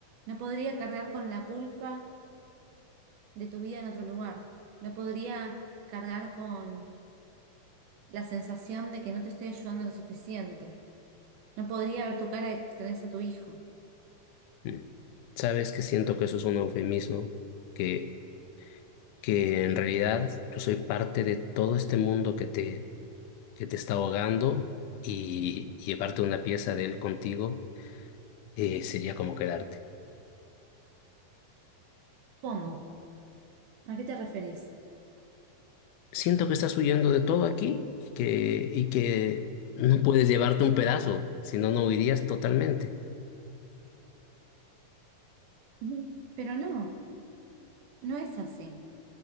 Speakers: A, on the right; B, on the left.
A: No podría cargar con la culpa de tu vida en otro lugar. No podría cargar con la sensación de que no te estoy ayudando lo suficiente. No podría ver tu cara de que extrañas a tu hijo.
B: Mm. Sabes que siento que eso es un eufemismo, que, que en realidad yo soy parte de todo este mundo que te, que te está ahogando y llevarte una pieza de él contigo eh, sería como quedarte.
A: ¿Cómo? ¿A qué te referís?
B: Siento que estás huyendo de todo aquí y que, y que no puedes llevarte un pedazo, si no, no huirías totalmente.
A: Ujú. Pero no, no es así.